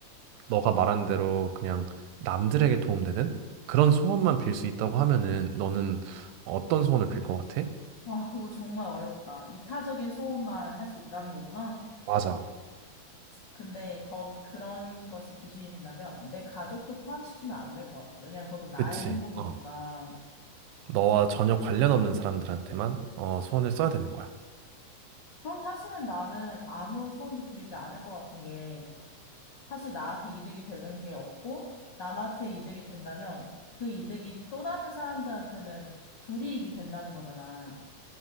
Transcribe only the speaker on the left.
와, 그거 정말 어렵다. 이타적인 소원만 할 수 있다는 거구나.
근데 거, 그런 것이 기준이 된다면 내 가족도 포함시키면 안 될 것 같아. 왜냐면 그것도 나의
행복이니까.
그럼 사실은 나는 아무 소원도 빌지 않을 것 같은 게 사실 나한테 이득이 되는 게 없고 남한테 이득이 된다면 그 이득이 또 다른 사람들한테는 불이익이 된다는 거잖아.